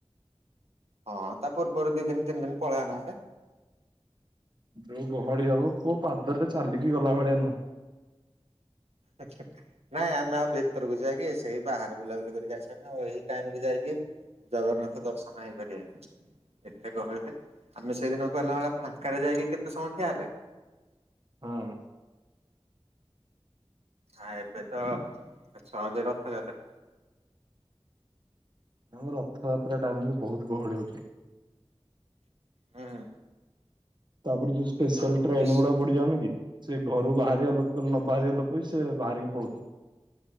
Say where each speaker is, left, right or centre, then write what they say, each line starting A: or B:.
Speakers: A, on the right; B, on the right.
A: ହଁ ତା ପୂର୍ବରୁ ଦୁଇ ଦିନ ତିନି ଦିନ ପଳେଇବା ନ ହେଲେ।
B: ଯୋଉ ଗହଳି ହବ ପୁଅ ପାଦରେ ଚାଲିକି ଗଲା ଭଳିଆ ନୁହଁ।
A: ଆଚ୍ଛା। ନାଇଁ ଆମେ ଆଉ ଭିତରକୁ ଯାଇକି ସେଇ ବାହାର ବୁଲାବୁଲି କରିକି ଆସିବାନା ଆଉ ଏଇ ଟାଇମରେ ଯାଇକି ଜଗନ୍ନାଥ ଦର୍ଶନ ହେଇପାରିବନି। ଏତେ ଗହଳିରେ ଆମେ ସେଇଦିନ କଲାଭଳିଆ ଫାଙ୍କାରେ ଯାଇକି କେତେ ସମୟ ଠିଆ ହେଲେ।
B: ହଁ
A: ଆ ଏବେ ତ ଛଅଯେ ରଥାଯାତ୍ରା।
B: ଆମର ରଥଯାତ୍ରା ଟାଇମରେ ବହୁତ ଗହଳି ହୋଉଛି।
A: ହୁଁ
B: ତାପରେ ଯୋଉ ସ୍ପେଶାଲ
A: ଆଉ
B: ଟ୍ରେନ
A: ବିଶ୍ଵ
B: ଗୁଡ଼ା ପଡ଼ି ଯାଉନି କି। ସେ ଘରୁ ବାହାରିବା ଲୋକ ନ ବାହାରିବା ଲୋକ ବି ସେ ବାହାରିକି ପଳଉଛନ୍ତି।